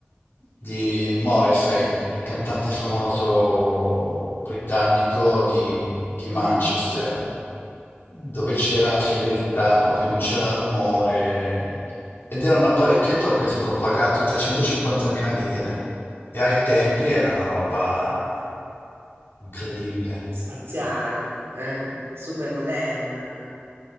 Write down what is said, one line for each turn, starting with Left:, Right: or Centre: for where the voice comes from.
Left: di Morrissey, è un cantante famoso britannico di, di
Right: Mhm.
Left: Manchester, dove c'era la fedeltà, proprio non c'era rumore. Ed era un apparecchietto, penso avrò pagato 350.000 lire. E ai tempi era una roba incredibile.
Right: Spaziale, eh, super moderna.